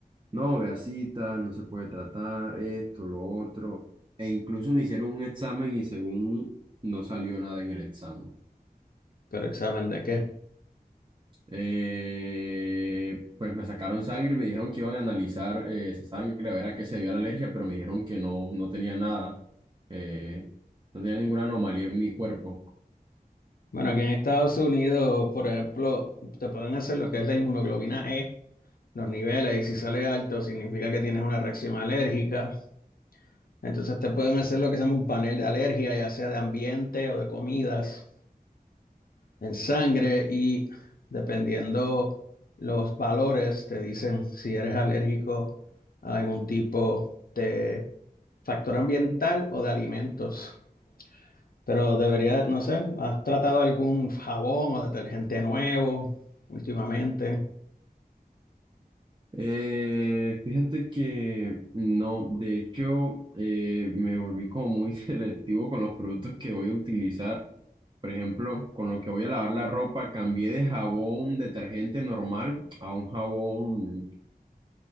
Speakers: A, on the right; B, on the left.
A: no, vea citas, no se puede tratar, esto, lo otro, e incluso me hicieron un examen y según no salió nada en el examen.
B: Pero examen de qué?
A: Eh, pues me sacaron sangre y me dijeron que iban a analizar eh, esa sangre a ver a qué se dio la alergia, pero me dijeron que no, no tenía nada, eh, no tenía ninguna anomalía en mi cuerpo.
B: Bueno, aquí en Estados Unidos, por ejemplo, te pueden hacer lo que es la inmunoglobulina E, los niveles, y si sale alto significa que tienes una reacción alérgica. Entonces te pueden hacer lo que se llama un panel de alergia, ya sea de ambiente o de comidas, en sangre, y dependiendo los valores, te dicen si eres alérgico a algún tipo de factor ambiental o de alimentos. Pero debería, no sé, ¿has tratado algún jabón o detergente nuevo últimamente?
A: Eh, fíjate que no, de hecho, eh, me volví como muy <laughs> selectivo con los productos que voy a utilizar. Por ejemplo, con lo que voy a lavar la ropa, cambié de jabón detergente normal a un jabón